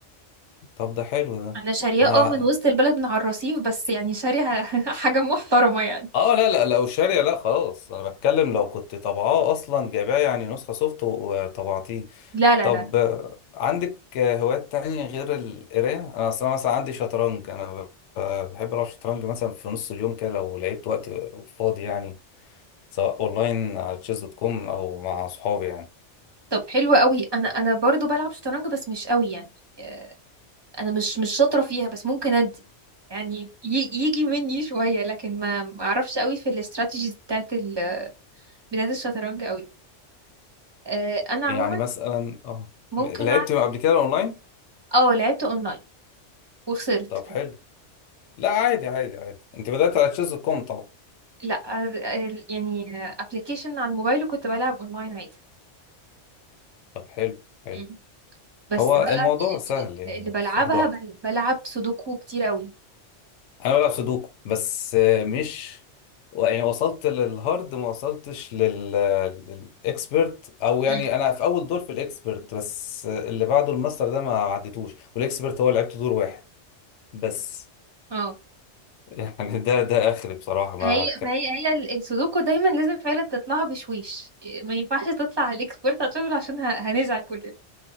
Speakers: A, on the left (about 75°); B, on the right (about 25°).
A: طب ده حلو ده
B: أنا شارية
A: عشان أنا...
B: اه من وسط البلد من على الرصيف بس يعني شارية <laughs> حاجة محترمة يعني
A: اه لا لا لو شارية لا خلاص انا بتكلم لو كنت طبعاه اصلا جايباه يعني نسخة سوفت وطبعتيه
B: لا لا
A: طب
B: لا
A: آه، عندك آه، هوايات تانية غير القراية انا اصلا مثلا عندي شطرنج انا ب- ب- بحب العب شطرنج مثلا في نص اليوم كده لو لقيت وقت فاضي يعني سواء اونلاين على تشيز دوت كوم او مع صحابي يعني
B: طب حلوة قوي أنا أنا برضو بلعب شطرنج بس مش قوي يعني آه، أنا مش مش شاطرة فيها بس ممكن أدي يعني ي- يجي مني شوية لكن ما ما أعرفش قوي في الاستراتيجيز بتاعت ال- بتاعت الشطرنج قوي آه، انا عموما
A: يعني مثلا اه
B: ممكن
A: لعبت
B: أ...
A: قبل كده اونلاين
B: اه لعبت اونلاين وخسرت
A: طب حلو لا عادي عادي عادي انت بدأت على تشيز كوم طبعا
B: لا ال- ال- يعني ابلكيشن على الموبايل وكنت بلعب اونلاين عادي
A: طب حلو حلو
B: مم. بس
A: هو
B: بقى
A: الموضوع سهل يعني
B: اللي بلعبها
A: بس واحدة واحدة
B: بل- بلعب سودوكو كتير قوي
A: انا بلعب سودوكو بس آه، مش و- يعني وصلت للهارد ما وصلتش لل للاكسبرت او يعني
B: مم.
A: انا في اول دور في الاكسبرت بس آه، اللي بعده الماستر ده ما عدتوش والاكسبرت هو لعبت دور واحد بس
B: اه
A: <laughs> يعني ده ده اخري بصراحة ما
B: هي ما هي هي ال- السودوكو دايما لازم فعلا تطلعها بشويش ما ينفعش تطلع على الاكسبرت عشان عشان ه- هنزعل كلنا